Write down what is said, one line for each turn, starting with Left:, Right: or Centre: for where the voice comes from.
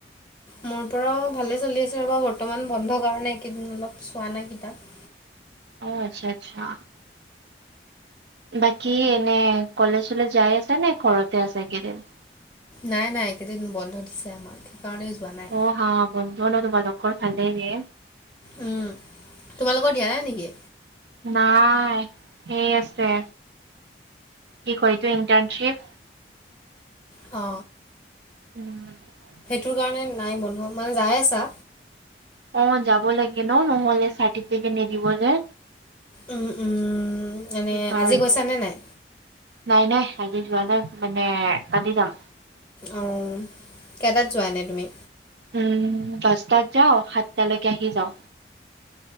Left: মোৰ পৰাও ভালে চলি আছে ৰবা বৰ্তমান বন্ধ কাৰণে এইকেইদিন অলপ চোৱা নাই কিতাপ।
Right: অ আত্চ্ছা আত্চ্ছা। বাকী এনে কলেজ ছলেজ যাই আছে নে ঘৰতে আছে এইকেদিন দিন।
Left: নাই নাই কেইদিন বন্ধ দিছে আমাক সেকাৰণে যোৱা নাই।
Right: অ হা বন্ধন তোমালোকৰ ভালে ৰে।
Left: উম, তোমালোকৰ দিয়া নাই নেকি?
Right: নাই সেই আছে কি কয়তো ইণ্টাৰ্ণশ্বিপ।
Left: অ।
Right: <unintelligible>
Left: টোৰ কাৰণে নাই বন্ধ মানে যাই আছা।
Right: অ যাব লাগে ন নহ'লে চাৰ্টিফিকেট নিদিব যে।
Left: উম উম। এনে
Right: সেইকাৰণে
Left: আজি গৈছা নে নাই?
Right: নাই নাই আজি যোৱা নাই মানে কালি যাম।
Left: অ কেইটাত যোৱা এনে তুমি?
Right: উম দছটাত যাঁও সাতটালৈকে আহি যাঁও।